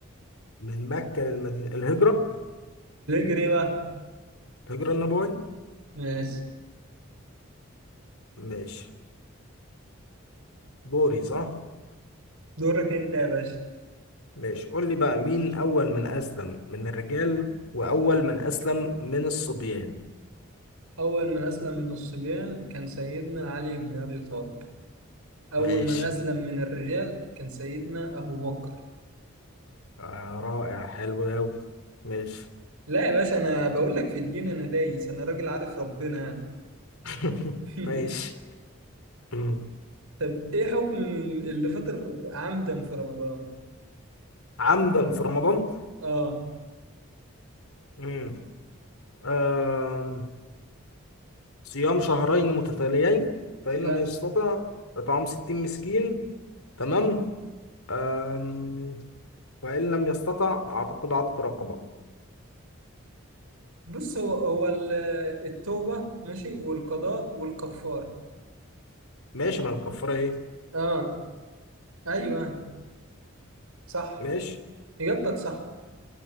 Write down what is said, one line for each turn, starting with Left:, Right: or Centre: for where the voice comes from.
Left: من مكة للمدينة الهجرة
Right: ليه إيه بقى؟
Left: الهجرة النبوية
Right: ماشي
Left: ماشي دوري صح
Right: دورك أنت يا باشا
Left: ماشي قول لي بقى مين أول من أسلم من الرجال وأول من أسلم من الصبيان
Right: أول من أسلم من الصبيان كان سيدنا علي بن أبي طالب أول
Left: ماشي
Right: من أسلم من الرجال كان سيدنا أبو بكر
Left: آه رائع حلو أوي ماشي
Right: لا يا باشا أنا بقول لك في الدين أنا دايس أنا راجل عارف ربنا يعني
Left: <laughs>
Right: <laughs>
Left: ماشي مم.
Right: طب إيه حكم من اللي فطر عمدا في رمضان؟
Left: عمدا في رمضان
Right: آه
Left: مم. آم، صيام شهرين متتاليين فإن
Right: لا
Left: لم يستطع إطعام 60 مسكين تمام آم، فإن لم يستطع أعتقد عتق رقبة
Right: بص هو هو ال- التوبة ماشي والقضاء والكفارة
Left: ماشي ما الكفارة إيه
Right: آه أيوه صح
Left: ماشي
Right: إجابتك صح